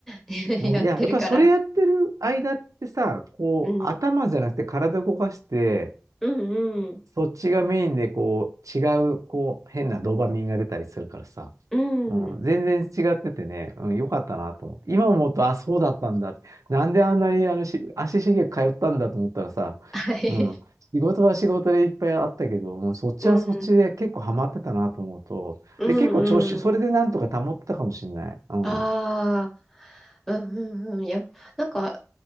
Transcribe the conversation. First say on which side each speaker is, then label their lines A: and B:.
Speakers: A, in the centre; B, on the right.
A: <laughs>
B: もういや、
A: やってるから。
B: やっぱりそれやってる間ってさ、こう、
A: うん。
B: 頭じゃなくて体動かして、
A: うんうん。
B: そっちがメインでこう、違う、こう、変なドーパミンが出たりするからさ。
A: うん。
B: うん、全然違っててね、うん、よかったなと思って。今思うと、あ、そうだったんだ。なんであんなにあのし足しげく通ったんだと思ったらさ、
A: はい。
B: うん、仕事は仕事でいっぱいあったけど、うん、そっちはそっちで結構ハマってたなと思うと、
A: うん。うんうん。
B: で、結構調子、それでなんとか保ってたかもしれない。うん。
A: ああ、うんうんうん。いや、なんか、